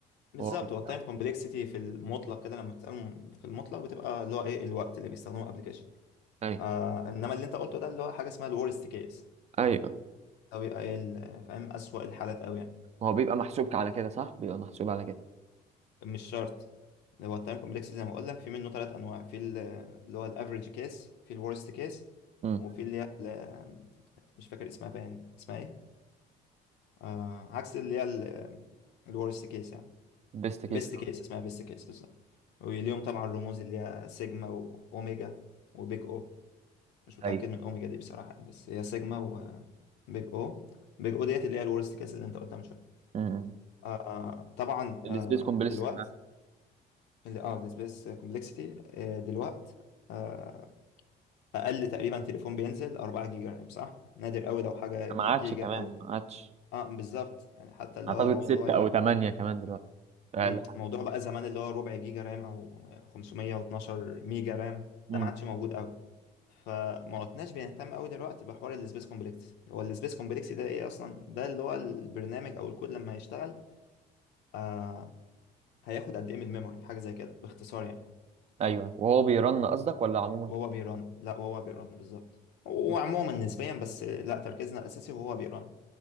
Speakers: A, on the left; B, on the right.
A: بالظبط
B: هو واخد
A: هو التايم
B: ده.
A: كومبلكسيتي في المطلق كده لما بتسأله م- في المطلق بتبقى اللي هو ايه الوقت اللي بيستخدمه الابلكيشن
B: ايوه
A: آه انما اللي انت قلته ده اللي هو حاجه اسمها الورست كيس
B: ايوه
A: او يبقى ايه ال- فاهم اسوأ الحالات قوي يعني
B: هو بيبقى محسوب على كده صح بيبقى محسوب على كده
A: مش شرط هو التايم كومبلكسيتي زي ما اقول لك في منه ثلاث انواع في ال- اللي هو الافريج كيس في الورست كيس
B: امم
A: وفي اللي هي ال- مش فاكر اسمها باين اسمها ايه آه عكس اللي هي الورست كيس يعني.
B: بيست كيس
A: بيست كيس اسمها بيست كيس بالظبط واليوم طبعا الرموز اللي هي سيجما واوميجا وبيج او مش متاكد
B: ايوه
A: من اوميجا دي بصراحه يعني بس هي سيجما وبيج او بيج او ديت اللي هي الورست كيس اللي انت قلتها من شويه
B: امم
A: آه طبعا
B: السبيس
A: آه
B: كومبلكس
A: دلوقتي اللي اه السبيس كومبلكسيتي آه دلوقتي آه اقل تقريبا تليفون بينزل 4 جيجا رام صح نادر قوي لو حاجه جيجا
B: ما عادش كمان
A: او
B: ما عادش
A: اه بالظبط يعني حتى اللي
B: اعتقد
A: هو موضوع
B: ستة او ثمانية كمان دلوقتي فال-
A: مم. موضوع بقى زمان اللي هو ربع جيجا رام او 512 ميجا رام ده
B: امم
A: ما عادش موجود قوي فما عدناش بنهتم قوي دلوقتي بحوار السبيس كومبلكس هو السبيس كومبلكس ده ايه اصلا ده اللي هو البرنامج او الكود لما هيشتغل آه هياخد قد ايه من الميموري حاجه زي كده باختصار يعني
B: ايوه وهو بيرن قصدك ولا عموما
A: وهو بيرن لا وهو بيرن بالظبط وعموما
B: مم.
A: نسبيا بس لا تركيزنا الاساسي وهو بيرن